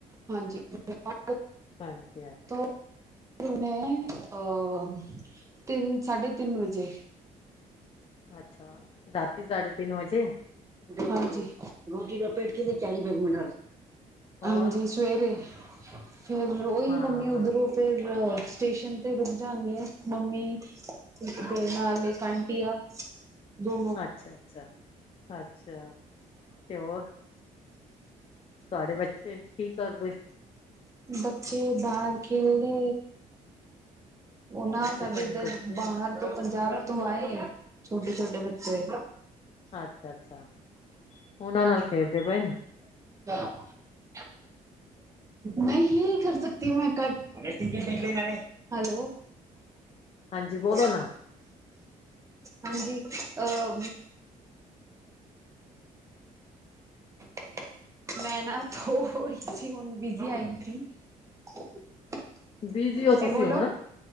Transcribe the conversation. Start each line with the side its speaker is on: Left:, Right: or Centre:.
Right: ਹਾਂਜੀ--ਹਾਂਜੀ। <unintelligible>
Left: ਹਾਂਜੀ
Right: <unintelligible> ਤਿੰਨ ਸਾਢੇ ਤਿੰਨ ਵਜੇ
Left: ਅੱਛਾ ਰਾਤੀ ਸਾਢੇ ਤਿੰਨ ਵਜੇ
Right: ਹਾਂਜੀ ਰੋਟੀ ਲਪੇਟ ਦੇਣੀ ਚਾਹੀਦੀ <unintelligible>
Left: ਹੋਰ
Right: ਹਾਂਜੀ ਸਵੇਰੇ ਫਿਰ ਰੋਈ
Left: ਹਾਂ
Right: ਉਹ ਫਿਰ ਸਟੇਸ਼ਨ ਤੇ ਰੁਕ ਜਾਣੀ ਆਂ ਮੰਮੀ ਇਕ ਤੇ ਨਾਲ ਆਂਟੀ ਆ ਦੋ
Left: ਅੱਛਾ-ਅੱਛਾ-ਅੱਛਾ ਤੇ ਹੋਰ ਤੁਹਾਡੇ ਬੱਚੇ ਕੀ ਕਰਦੇ।
Right: ਬੱਚੇ ਬਾਰ ਖੇਲਦੇ
Left: ਖੇਡਦੇ
Right: ਉਹਨਾਂ ਸਾਡੇ
Left: ਪਏ ਨੇ
Right: ਇੱਧਰ
Left: ਬੱਚੇ
Right: ਬਾਹਰ ਤੋ ਪੰਜਾਬ ਤੂੰ ਆਏ ਛੋਟੇ- ਛੋਟੇ ਬੱਚੇ
Left: ਅੱਛਾ- ਅੱਛਾ ਉਹਨਾਂ ਨਾਲ ਖੇਡਦੇ ਪਏ।
Right: <inaudible> ਨਹੀਂ ਕਰ ਸਕਤੀ ਮੈ ਕਟ <unintelligible> ਹੈਲੋ
Left: ਹਾਂਜੀ ਬੋਲੋ
Right: <inaudible>
Left: ਨਾ
Right: ਹਾਂਜੀ ਅਹ
Left: <inaudible>
Right: <unintelligible> ਤੁਸੀਂ
Left: ਬਿਜੀ ਹੋ ਤੁਸੀਂ
Right: ਬੋਲੋ
Left: ਹੁਣ